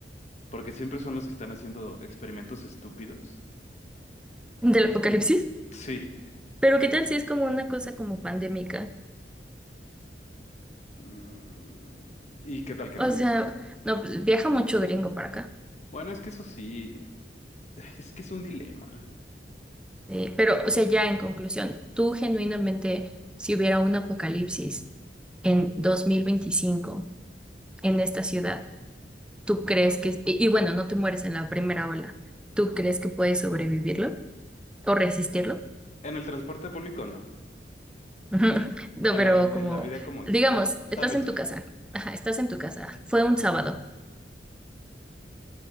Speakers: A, on the left; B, in the centre.
A: porque siempre son los que están haciendo experimentos estúpidos.
B: ¿Del apocalipsis?
A: Sí.
B: Pero ¿qué tal si es como una cosa como pandémica?
A: Mm, ¿Y qué tal que
B: O
A: no?
B: sea, no, pues, viaja mucho gringo para acá.
A: Bueno, es que eso sí, es que es un dilema.
B: Eh, pero, o sea, ya en conclusión, tú genuinamente, si hubiera un apocalipsis en 2025 en esta ciudad, ¿Tú crees que, y, y bueno, no te mueres en la primera ola, ¿tú crees que puedes sobrevivirlo o resistirlo?
A: En el transporte público no.
B: <laughs> Ujú. No,
A: En
B: pero
A: la, en
B: como,
A: la vida como en
B: digamos,
A: general,
B: estás
A: tal vez
B: en
A: sí.
B: tu casa, ajá, estás en tu casa, fue un sábado.